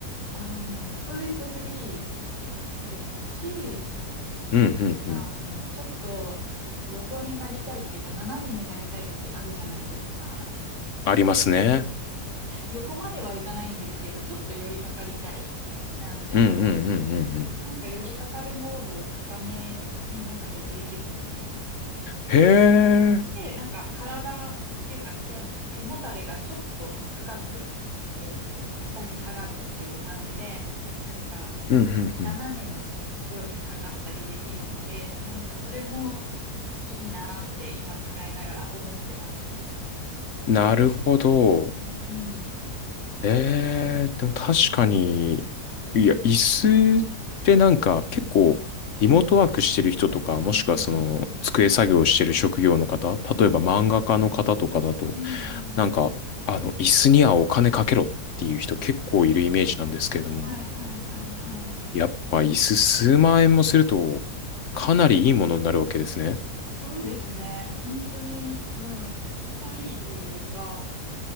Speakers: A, on the right; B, on the left.
A: あの、ストレスフリーですし、
B: ー。うん、
A: あの、
B: うん、うん。
A: ちょっと横になりたいっていうか、斜めになりたい時あるじゃないですか。
B: ありますね。
A: <laughs> 横まではいかないんですけど、ちょっと寄りかかりたいな、みたいな。
B: うん、うん、うん、うん。うん
A: なんか寄りかかるモードを深めになんか設定できるんですね。
B: へー。
A: で、なんか体っていうか背、背もたれがちょっと深く、えっと、下に下がるっていう感じで、なんか
B: うん、うん、うん。
A: 斜めに寄りかかったりできるので、なんかそれもいいなーって今使いながら思ってます。
B: なるほど。
A: うん、うん、
B: えー、でも確かに、いや、椅子ってなんか結構、リモートワークしてる人とか、もしくはその、
A: うん、うん、うん、うん、
B: 机作業してる職業の方、
A: うん、
B: 例えば漫画家の方とかだと、
A: うん、
B: なんか、あの、椅子にはお金かけろっていう人結構いるイメージなんですけれども、
A: はいはいはいはい。
B: やっぱ椅子数万円もすると、かなりいいものになるわけですね。
A: そうですね。本当に、うん、コスパいいというか、